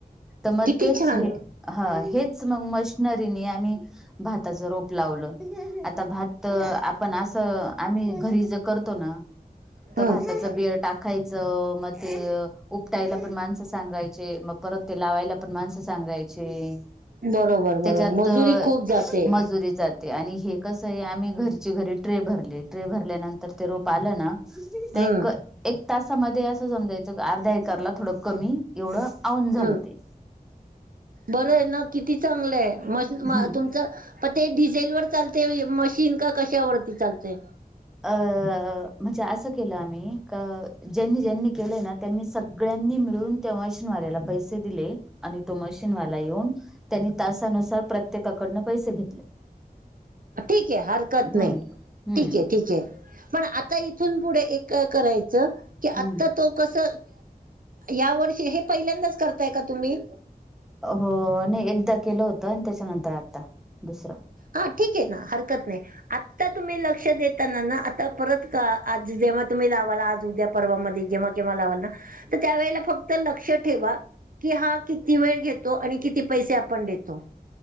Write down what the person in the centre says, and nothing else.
तर मग
तेच
हे... हेच.. मग मशनरीनी आम्ही भाताची रोप... लावलं. आता भात.. आपण असं... आम्ही घरी जे करतो ना...
भाताच बिळ टाकायचं... मग ते उपटायला पण माणसं सांगायचे.. मग... परत ते लावायला पण माणसं सांगायचे....
त्याच्यात
अ...
मजुरी जाते. आणि हे कसं आहे. आम्ही घरच्ये घरी ट्रे भरलेत. ट्रे भरल्यानंतर ते रोप आलं ना.. ते
एक... एक तासामध्ये असं समजायचं अर्धा एकरला थोडं कमी एवढं आऊन झालं
ते
हम्म
अ... म्हणजे असं केलं आम्ही का, ज्यांनी ज्यांनी केलंय ना त्यांनी सगळ्यांनी मिळून त्या मशीनवाल्याला पैसे दिले आणि तो मशीनवाला येऊन त्यांनी तासानुसार प्रत्येकाकडनं पैसे घेतले.
हम्म
हम्म
हम्म
हो नाही एकदा केलं होतं त्याच्यानंतर आता दुसरं.